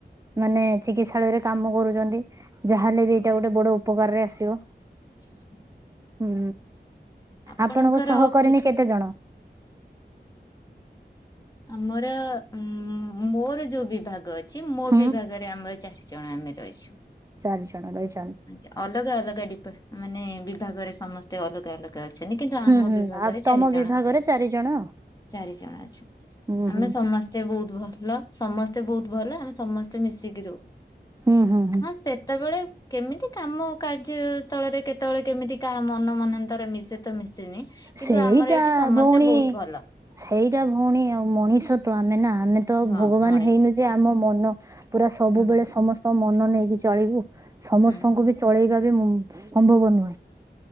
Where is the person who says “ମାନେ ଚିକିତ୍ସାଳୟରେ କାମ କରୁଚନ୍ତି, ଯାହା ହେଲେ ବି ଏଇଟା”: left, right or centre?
Right